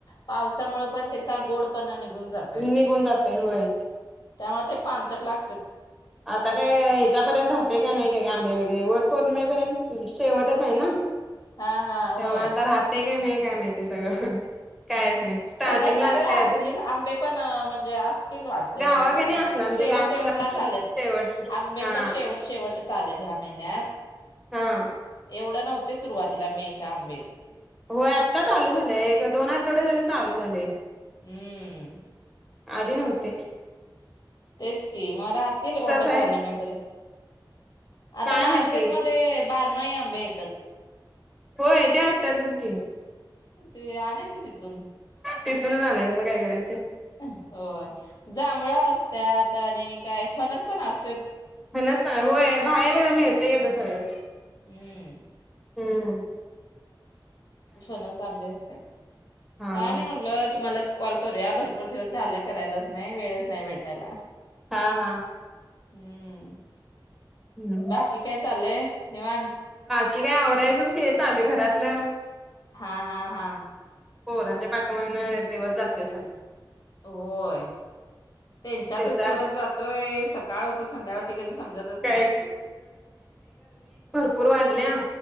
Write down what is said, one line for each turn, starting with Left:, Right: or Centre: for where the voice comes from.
Left: पावसामुळे पण त्याचा गोडपणा निघून जातोय
Centre: निघून जातय होय
Left: त्यामुळे ते पानचट लागत्यात
Centre: आता काय ह्याच्यापर्यंत राहते काय नाही काय आंबे वगैरे वटपोरनिमे र्यंत शेवटच आहे ना?
Left: हा हा होय
Centre: तेव्हा आता राहते का नाही काय माहितीय सगळं कायच नाही स्टार्टिंगला
Left: फणस वगैरे
Centre: असते आधी
Left: असतील आंबे पण म्हणजे असतील वाटते
Centre: गावा
Left: मला
Centre: का
Left: कारण
Centre: नाही असणार
Left: आता
Centre: म्हणजे
Left: शेवट
Centre: लास्ट
Left: शेवटला झा
Centre: शेवटचे
Left: आंबे
Centre: हा
Left: पण शेवट शेवटच आलेत ह्या महिन्यात
Centre: हा!
Left: एवढं नव्हते सुरुवातीला मे च्या आंबे
Centre: होय आत्ता चालू झालंय येक दोन आठवडे झाले चालू झालय
Left: हम्म!
Centre: आधी न्हवते
Left: तेच कि म राहतील ओट
Centre: आहे
Left: पौर्णिमेपर्यंत आता
Centre: काय
Left: मार्केटमध्ये
Centre: माहिती
Left: बारमाइ बेतात
Centre: होय ते असत्यातच कि
Left: ते आणायचे तिथून
Centre: तिथूनच आणायचे मग काय करायचे?
Left: होय जांभळ असत्यात आणि काय फणस पण अस
Centre: फणस पण होय, बाहेर मिळतय आता सगळं
Left: हम्म
Centre: हूं
Left: फणस आंबे असत्यात
Centre: हा
Left: काय
Centre: हा
Left: नाय म्हणलं तुम्हालाच कॉल करूया, भरपूर दिवस झालं करायलाच नाही वेळच नाही भेटायला
Centre: हा हा.
Left: हूं
Centre: हम्म
Left: बाकी काय चाललय? निवांत
Centre: हे काय आवरायचच की चाललय घरातल
Left: हा हा हा
Centre: पोरांच्या पाठीमागण दिवस जातय सग
Left: होय. त्यांच्यातच
Centre: त्यांचा
Left: दिवस जातोय, सकाळ होती संध्या होती कधी समजतच नाय.
Centre: काय पूर वाढल्या